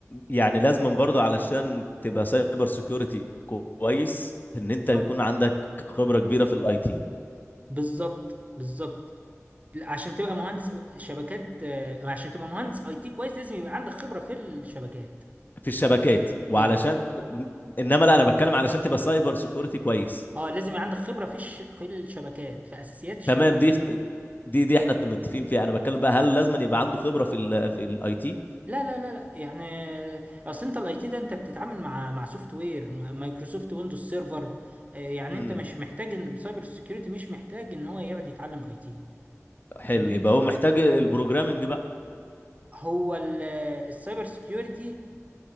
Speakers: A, on the left (about 35°); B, on the right (about 30°).
A: يعني لازم برضه علشان تبقى سايبر سيكيورتي كويس ان انت يكون
B: اه
A: عندك خبرة كبيرة في الاي تي
B: بالظبط بالظبط عشان تبقى مهندس شبكات آه، عشان تبقى مهندس اي تي كويس لازم يبقى عندك خبرة في الشبكات
A: في الشبكات وعلشان
B: اه
A: انما لا انا بتكلم علشان تبقى سايبر سيكيورتي كويس
B: اه لازم يبقى عندك خبرة في الش... في الشبكات في اساسيات الشبكات
A: تمام دي دي دي احنا متفقين فيها انا بتكلم بقى هل لازم يبقى عنده خبرة في ال في الاي تي
B: لا لا لا لا يعني اصل انت الاي تي ده انت بتتعامل مع مع سوفت وير مايكروسوفت ويندوز سيرفر آه، يعني
A: امم
B: انت مش محتاج ان سايبر سيكيورتي مش محتاج ان هو يقعد يتعلم اي تي
A: حلو
B: جميل.
A: يبقى هو محتاج البروجرامنج بقى
B: هو ال- السايبر سيكيورتي